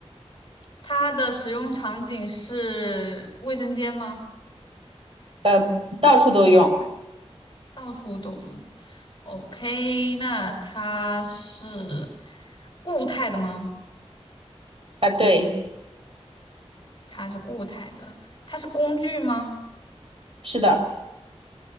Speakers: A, on the left; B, on the right.
A: 它的使用场景是卫生间吗？
B: 呃，到处都用。
A: 到处都用。OK，那它是固态的吗？
B: 啊，对，
A: 它是固态的，它是工具吗？
B: 是的，